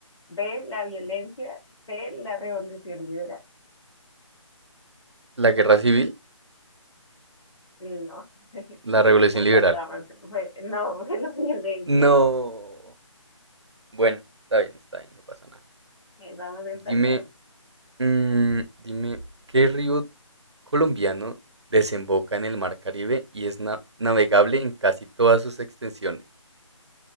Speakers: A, on the left (about 65°); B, on the right (about 55°).
A: B, la violencia, C, la revolución liberal.
B: ¿La guerra civil?
A: No, <laughs>
B: ¿La revolución
A: Empatamos.
B: liberal?
A: Fue, no, <laughs> fue la violencia.
B: No. Bueno, está bien, está bien, no pasa nada.
A: Eh, Vamos empatados.
B: Dime, mm, dime, ¿qué río colombiano desemboca en el Mar Caribe y es na- navegable en casi todas sus extensiones?